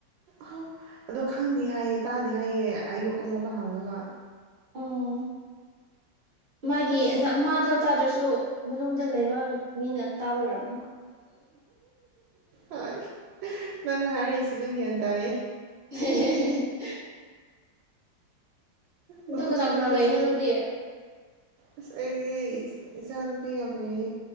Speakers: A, on the right; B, on the right.
A: ꯑ ꯑꯗꯣ ꯈꯪꯗꯦ ꯍꯥꯏꯌꯦ ꯇꯥꯗꯦ ꯍꯥꯏꯌꯦ ꯑꯌꯨꯛ ꯑꯃꯨꯛꯀ ꯍꯪꯉꯒ
B: ꯑꯣ ꯃꯥꯒꯤ
A: ꯑꯁ
B: ꯅ ꯃꯥꯗꯣ ꯇꯥꯗ꯭ꯔꯁꯨ ꯃꯅꯨꯡꯗ ꯂꯩꯕ ꯃꯤꯅ ꯇꯥꯕ ꯑꯣꯏꯔꯣꯅꯤ꯫
A: ꯍꯣꯏ ꯅꯪꯅ ꯍꯥꯏꯔꯤꯁꯤꯁꯨ ꯒ꯭ꯌꯥꯟ ꯇꯥꯏꯌꯦ
B: <unintelligible> ꯑꯗꯨ
A: ꯅꯣꯛꯅꯤꯡꯕꯅ
B: ꯀꯅꯥ ꯀꯅꯥ ꯂꯩꯔꯤꯅꯣ
A: ꯁꯤꯔꯗ
B: ꯅꯪꯗꯤ ꯑꯣ
A: ꯑꯁ ꯑꯩꯗꯤ ꯏꯆꯥ ꯅꯨꯨꯄꯤꯒ ꯂꯩꯌꯦ